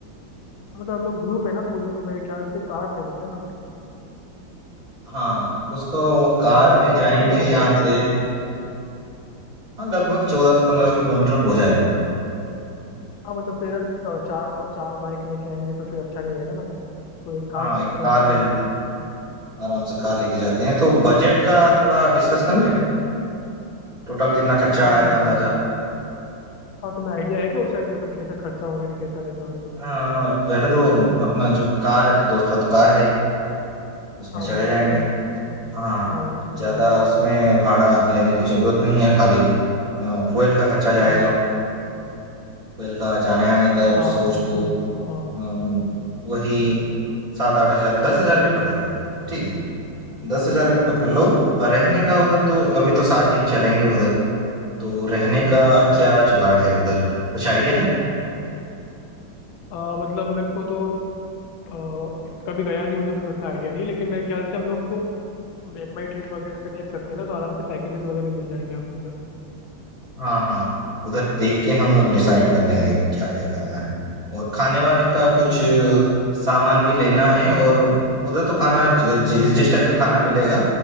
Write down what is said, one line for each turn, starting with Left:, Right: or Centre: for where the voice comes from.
Left: हाँ, मतलब हम लोग ग्रुप है ना पूरी तो मेरे ख्याल से कार ले लेते हैं ना
Right: हाँ उसको कार
Left: मतलब
Right: में जाएंगे
Left: अ, कितने लोग हैं
Right: यहाँ
Left: हम लोग
Right: से हाँ लगभग चौदह सौ पंद्रह सौ किलोमीटर हो जाएगा
Left: हाँ मतलब फिर अ, चार लोग चार बाइक लेके आएंगे तो फिर अच्छा नहीं रहेगा ना तो एक कार
Right: हाँ
Left: लेके
Right: एक
Left: जाते
Right: कार
Left: हैं
Right: ले
Left: आराम
Right: लेते
Left: से
Right: हैं आराम से कार लेके जाते हैं तो बजट का थोड़ा डिस्कस कर लें टोटल कितना खर्चा
Left: हाँ
Right: आएगा
Left: यार थोड़ा
Right: अंदाजा
Left: हाँ तुम्हें आइडिया है कि उस साइड मतलब कैसा खर्चा वगैरह कैसा रहता है उधर
Right: हाँ पहले तो अपना जो कार है तो दोस्त का तो कार है उसमें
Left: हाँ
Right: चले
Left: वो तो
Right: जाएंगे
Left: मतलब
Right: हाँ
Left: हाँ वो तो चले जाएंगे
Right: ज्यादा उसमें भाड़ा लेने की जरूरत नहीं है खाली फ्यूल का खर्चा जाएगा
Left: हाँ हाँ
Right: फ्यूल का जाने आने का
Left: हाँ
Right: सोच
Left: हम
Right: लो
Left: चूहे का हाँ
Right: अ, वही सात आठ हजार दस हजार भी पकड़ लो ठीक है दस
Left: ठीक
Right: हजार
Left: है
Right: भी
Left: हाँ
Right: पकड़ लो और रहने का उधर तो अभी तो सात दिन चलेंगे उधर तो रहने
Left: हम्म
Right: का
Left: हम्म,
Right: क्या जुगाड़ है उधर कुछ आइडिया है
Left: हाँ आ, मतलब मेरे को तो आ, इत- कभी गया नहीं हूँ तो मेरे को इतना आइडिया नहीं है लेकिन मेरे ख्याल से हम लोग को मेक माई ट्रिप वगैरह पे देख सकते हैं ना तो आराम से पैकेजेस वगैरह मिल जाएंगे हमें उधर
Right: हाँ हाँ उधर देख के हम लोग डिसाइड कर लेंगे क्या क्या करना है और खाने वाने का
Left: हाँ लेकिन
Right: कुछ अ, सामान भी लेना है और उधर तो खाना ज- जि, जिस टाइप का खाना मिलेगा